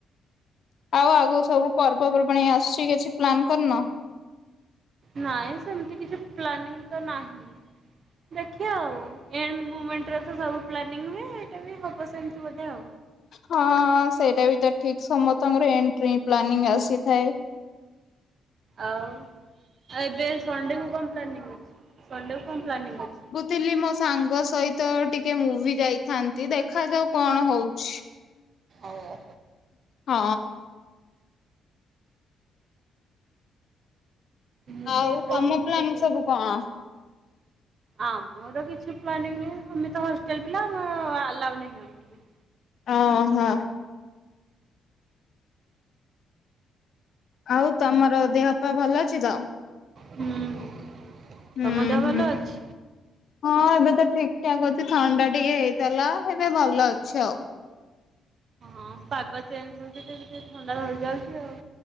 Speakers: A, on the left; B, on the right.
A: ଆଉ ଆଗକୁ ସବୁ ପର୍ବ ପର୍ବାଣି ଆସୁଚି କିଛି ପ୍ଲାନ୍ କରିନ?
B: ନାଇଁ ସେମତି କିଛି ପ୍ଲାନିଂ ତ ନାହିଁ। ଦେଖିଆ ଆଉ। ଏଣ୍ଡ ମୁମେଣ୍ଟ ରେ ତ ସବୁ ପ୍ଲାନିଂ ହୁଏ, ଏଇଟା ବି ହବ ସେମତି ବୋଧେ ଆଉ।
A: ହଁ ସେଇଟା ବି ତ ଠିକ୍। ସମସ୍ତଙ୍କର ଏଣ୍ଡ୍ ରେ ପ୍ଲାନିଂ ଆସିଥାଏ।
B: ଆଉ, ଆଉ ଏବେ ସଣ୍ଡେ କୁ କଣ ପ୍ଲାନିଂ ଅଛି ସଣ୍ଡେ କୁ କଣ ପ୍ଲାନିଂ ଅଛି?
A: ଥିଲି ମୋ ସାଙ୍ଗ ସହିତ ଟିକେ ମୁଭି ଯାଇଥାନ୍ତି ଦେଖାଯାଉ କଣ ହଉଚି।
B: ଓହୋ।
A: ହଁ।
B: ମୁଭି
A: ଆଉ
B: କୋଉ
A: ତମ
B: ମୁଭି
A: ପ୍ଲାନ
B: ଦେଖିବାକୁ
A: ସବୁ
B: ଯିବେ?
A: କଣ?
B: ଆମର କିଛି ପ୍ଲାନିଂ ନାହିଁ। ଆମେ ତ ହଷ୍ଟେଲ ପିଲା ଆଲାଉ ନାହିଁ ଆମକୁ।
A: ଓହୋ। ଆଉ ତମର ଦେହ ପା ଭଲ ଅଛି ତ?
B: ହୁଁ।
A: ହୁଁ
B: ତମ ଦେହ
A: ହୁଁ।
B: ଭଲ ଅଛି?
A: ହଁ ଏବେ ତ ଠିକ୍ ଠାକ୍ ଅଛି ଥଣ୍ଡା ଟିକେ ହେଇଥେଲା। ଏବେ ଭଲ ଅଛି ଆଉ।
B: ହଁ ପାଗ ଚେଞ୍ଜ ହଉଛି ଯେ ବି ଟିକେ ଥଣ୍ଡା ଧରିଯାଉଚି ଆଉ।